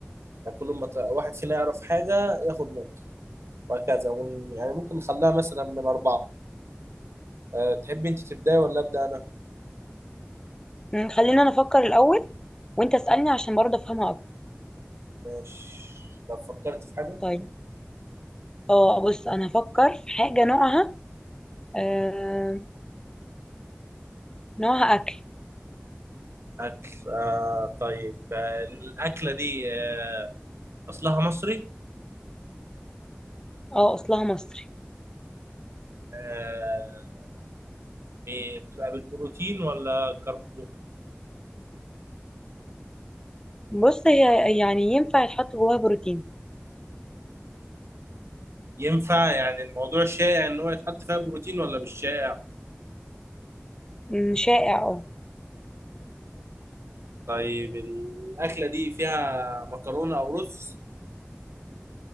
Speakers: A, on the right; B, on the left.
A: يعني كل ما ت- واحد فينا يعرف حاجه ياخد نقطه وهكذا ون- يعني ممكن نخليها مثلا من اربعه أه تحبي انت تبداي ولا ابدا انا
B: مم، خلينا انا افكر الاول وانت اسألني عشان برضه افهمها اكتر
A: ماشي لو فكرت في حاجه
B: طيب اه بص انا هفكر في حاجة نوعها آه نوعها اكل
A: اكل آه طيب آه الاكله دي آه اصلها مصري
B: اه اصلها مصري
A: آه يعني بتبقى بالبروتين ولا كربو
B: بص هي يعني ينفع يتحط جواها بروتين
A: ينفع يعني الموضوع شائع ان هو يتحط فيها بروتين ولا مش شائع
B: مم، شائع اه
A: طيب الاكله دي فيها مكرونه او رز